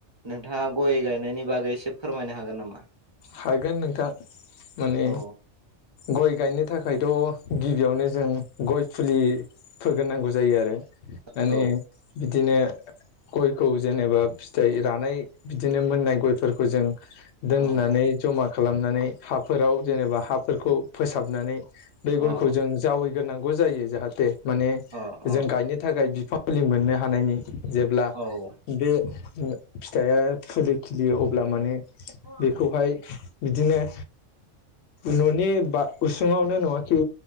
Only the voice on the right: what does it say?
नोंथाङा गय गायनायनि बागै एसे फोरमायनो हागोन नामा?
औ
औ
अ
अ
अ
औ ओ
औ